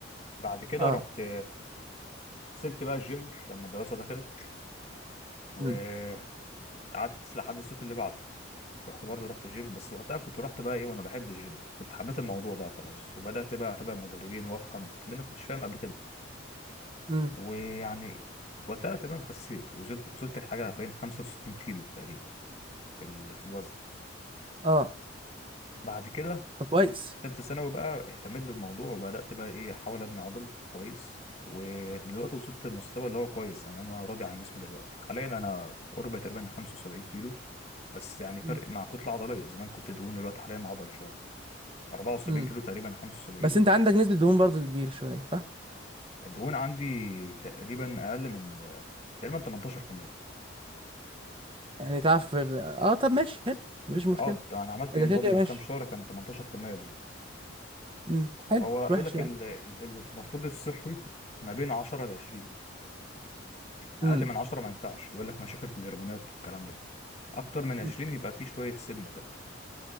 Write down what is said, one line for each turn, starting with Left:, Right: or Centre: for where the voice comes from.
Left: بعد كده
Right: اه
Left: رحت سبت بقى الجيم لما الدراسة دخلت وقعدت
Right: امم
Left: لحد الصيف اللي بعده رحت برضه رحت جيم بس وقتها كنت رحت بقى ايه وانا بحب الجيم كنت حبيت الموضوع بقى خلاص وبدأت بقى اتابع مدربين وافهم كمان ما كنتش فاهم قبل كده
Right: امم
Left: ويعني وقتها تقريبا خسيت وزلت وصلت لحاجة بين 65 كيلو تقريبا في ال- في الوزن
Right: اه
Left: بعد كده
Right: طب كويس
Left: تالتة ثانوي بقى اهتميت بالموضوع وبدأت بقى إيه أحاول أبني عضل كويس ودلوقتي وصلت للمستوى اللي هو كويس يعني أنا راضي عن جسمي دلوقتي حاليا أنا قرب تقريبا 75 كيلو بس يعني فرق
Right: امم
Left: مع كتلة عضلية زمان كنت دهون دلوقتي حاليا عضل شوية 74
Right: امم.
Left: كيلو تقريبا 75
Right: بس انت عندك نسبة
Left: نفس
Right: دهون
Left: الطول.
Right: برضو كبيرة شوية صح؟
Left: الدهون عندي تقريبا أقل من تقريبا 18%
Right: يعني تعرف اه طب ماشي حلو مفيش مشكلة
Left: اه انا عملت
Right: اذا
Left: ان
Right: كده
Left: بودي
Right: كده
Left: من
Right: ماشي
Left: كام شهر كان 18% دهون
Right: امم حلو
Left: هو
Right: مش
Left: يقول
Right: وحش
Left: لك
Right: يعني
Left: ال- ال- المفروض الصحي ما بين 10 ل 20 اقل
Right: امم
Left: من 10 ما ينفعش يقول لك مشاكل في الهرمونات والكلام ده اكتر من 20
Right: أمم،
Left: يبقى في شويه سمنه كده